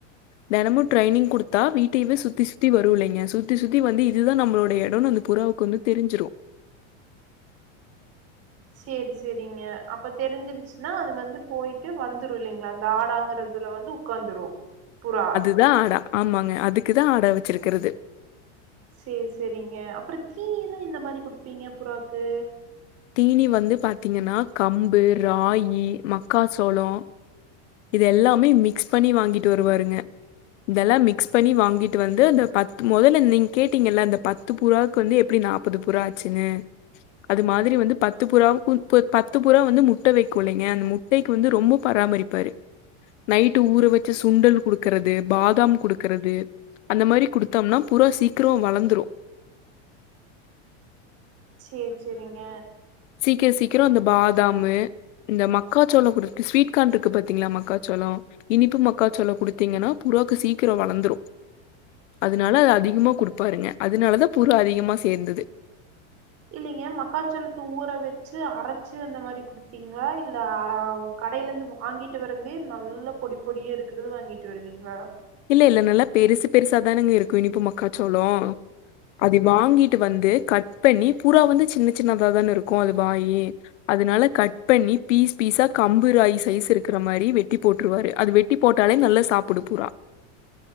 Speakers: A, on the left; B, on the right.
A: தெனமும் ட்ரைனிங் குடுத்தா வீட்டயவே சுத்தி சுத்தி வரு இல்லைங்க சுத்தி சுத்தி வந்து இதுதா நம்மளோய எடோனு வந்து புறாவுக்கு வந்து தெரிஞ்சிரு
B: செரி செரிங்க அப்ப தெரிஞ்சிருச்சுன்னா அது வந்து பொயிட்டு வந்துரு இல்லைங்ளா அந்த ஆடாங்குறதுல வந்து உக்காந்ரு புறா
A: அதா ஆடா ஆமாங்க அதுக்குதா ஆடா வச்சிருக்கிறது
B: சேர் செரிங்க அப்றோ தீனியெல்லா எந்த மாரி குடுப்பீங்க புறாக்கு
A: தீனி வந்து பாத்திங்கன்னா கம்பு ராகி மக்காச்சோளோ இது எல்லாமே மிக்ஸ் பண்ணி வாங்கிட்டு வருவாருங்க இதெல்லா மிக்ஸ் பண்ணி வாங்கிட்டு வந்து இந்த பத்து மொதல்ல நீங்க கேட்டீங்கல்ல இந்த பத் பத்து புறாக்கு வந்து எப்டி நாப்பது புறா ஆச்சுன்னு அது மாரி அது மாரி வந்து பத்து புறாவு பத்து புறா வந்து முட்ட வைக்குள்ளைங்க அந்த முட்டைக்கு வந்து ரொம்ப பராமரிப்பாரு நைட்டு ஊற வச்ச சுண்டல் குடுகறது பாதாம் குடுகறது அந்த மாரி குடுத்தோம்னா புறா சீக்ரோ வளந்துரு
B: சேர் சேரிங்க
A: சீக்ர சீக்ரோ அந்த பாதமு இந்த மக்கா சோளோ குடு ஸ்வீட்கான் இருக்கு பாத்திங்களா மக்காச்சோளோ இனிப்பு மக்காசோளோ குடுதீங்கனா புறாக்கு சீக்ரோ வளந்துரு அதனால அது அதிகமா குடுப்பாருங்க அதனாலதா புறா அதிகமா சேந்துது
B: இல்லங்க மக்காசோளத்த ஊற வச்சி அரச்சி அந்த மாரி குடுபீங்ளா இல்ல கடையில இருந்து வாங்கிட்டு வரதே நல்ல பொடி பொடியே இருக்கற்த வாங்கிட்டு வருவீங்ளா
A: இல்ல இல்ல நல்லா பெருசு பெருசாதானேங்க இருக்கு இனிப்பு மக்காசோளோ அத வாங்கிட்டு வந்து கட் இப்ப நீ பூறா வந்து சின்ன சின்னத தானே இருக்கு அது வாயி அதனால கட் பண்ணி பீஸ் பீஸா கம்பு ராகி சைஸ் இருகுற மாரி வெட்டி போட்ருவாரு அது வெட் வெட்டி போட்டாலே நல்ல சாப்டு புறா